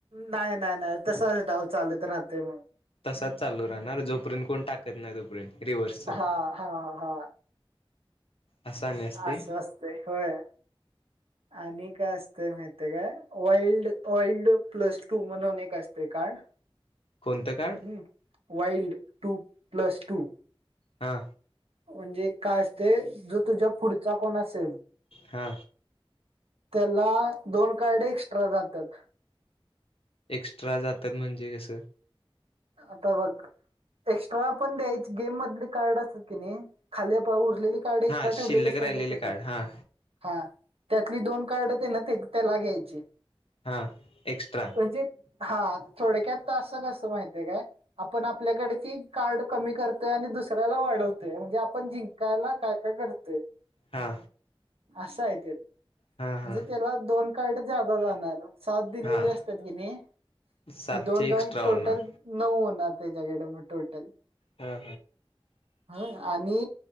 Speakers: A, on the right; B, on the left.
A: नाही नाही नाही तसाच डाव चालत राहते मग
B: तसाच चालू राहणार जोपर्यंत कोण टाकत नाही तोपर्यंत रिव्हर्सच
A: हा हा हा
B: असं आणि असते
A: अस वास्त होय आणि काय असते माहिितय काय वाइल्ड वइल्ड प्लस टू म्हणून एक असते कार्ड
B: कोणतं कार्ड
A: हम वाईल्ड टू प्लस टू
B: हा.
A: म्हणजे काय असते जो तुझ्या पुढचा कोण असेल
B: हा.
A: त्याला दोन कार्ड एक्स्ट्रा जात्यात.
B: एक्स्ट्रा जातात म्हणजे कसं
A: आता बग एक्स्ट्रा पण द्यायची गेम मधले कार्ड असतात की नाही खाली उरलेली कार्ड एक्स्ट्रा
B: हा शिल्लक
A: ठेवलेली असतात
B: राहिलेले
A: बग तिथं,
B: कार्ड हा
A: त्यातली दोन कार्ड तेन ते त्याला घ्यायची.
B: हा एक्स्ट्रा
A: म्हणजे हा थोडक्यात असं कसं माहित काय आपण आपल्याकडची कार्ड कमी करतोय आणि दुसऱ्याला वाढवतो. म्हणजे आपण जिंकायला काय काय करतोय.
B: हा.
A: असं आहे ते म्हणजे
B: हा हा
A: त्याला दोन कार्ड जादा जाणार. सात दिलेली
B: हा
A: असतात की नाही
B: सातशे
A: ही दोन जाऊन
B: एक्स्ट्रा होणार
A: टोटल होणार त्याच्याकडे म टोटल
B: हा
A: आणि